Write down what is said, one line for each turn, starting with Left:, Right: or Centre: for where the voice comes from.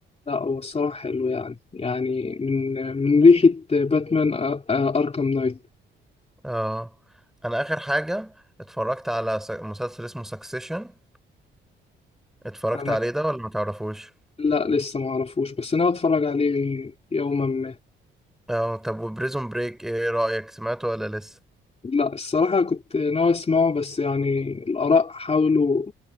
Left: لا هو الصراحة حلو يعني يعني من من ريحة باتمان أركام نايت
Centre: اه انا اخر حاجة اتفرجت على س- مسلسل اسمه سكسيشن اتفرجت
Left: أنا
Centre: عليه ده ولا ما تعرفوش
Left: لا لسه ما أعرفوش بس أنا بتفرج عليه يوما ما
Centre: اه طب وبريزون بريك ايه رأيك سمعته ولا لسه
Left: لا الصراحة كنت ناوي أسمعه بس يعني الآراء حاولوا